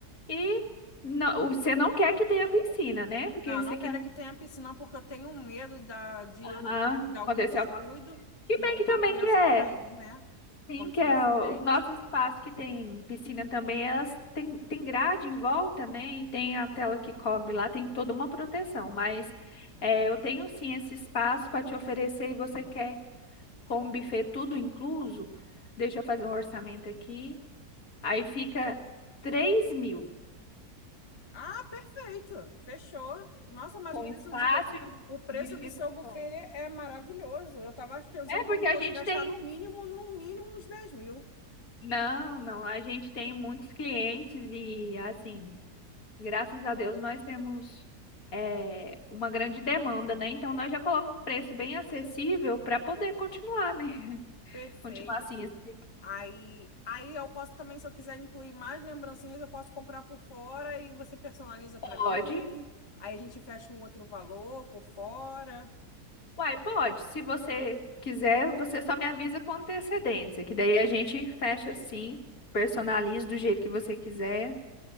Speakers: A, on the left; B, on the left.
A: E não, você não quer que tenha piscina, né? Porque
B: Não,
A: isso
B: não
A: aqui
B: quero
A: não.
B: que tenha piscina porque eu tenho medo da, de,
A: Aham,
B: de algum
A: aconteceu
B: descuido
A: alguma coisa. Que
B: e
A: bem
B: alguma
A: que também
B: criança
A: que é.
B: cair, né?
A: Sim,
B: Acontecer
A: que é
B: um acidente.
A: os nossos espaços que tem piscina também, elas têm tem grade em volta, né? E tem a tela que cobre lá, tem toda uma proteção. Mas é, eu tenho sim esse espaço para te oferecer e você quer com o buffet tudo incluso? Deixa eu fazer um orçamento aqui. Aí fica três mil
B: Ah, perfeito. Fechou. Nossa, mas
A: com
B: o preço
A: espaço
B: de, vo-
A: e o
B: o preço
A: buffet
B: do seu
A: completo.
B: buffet é maravilhoso. Eu estava pensando
A: É porque
B: que eu
A: a
B: fosse
A: gente
B: gastar
A: tem.
B: no mínimo, no mínimo uns 10 mil.
A: Não, não, a gente tem muitos clientes e assim. Graças a Deus nós temos é, uma grande demanda, né? Então nós já colocamos um preço bem acessível para poder continuar, né? <laughs>
B: Perfeito.
A: Continuar assim, assim.
B: Aí, aí eu posso também, se eu quiser incluir mais lembrancinhas, eu posso comprar por fora e você personaliza para
A: Pode.
B: mim. Aí a gente fecha um outro valor por fora.
A: Uai, pode. Se você quiser, você só me avisa com antecedência, que daí a gente fecha assim, personaliza do jeito que você quiser.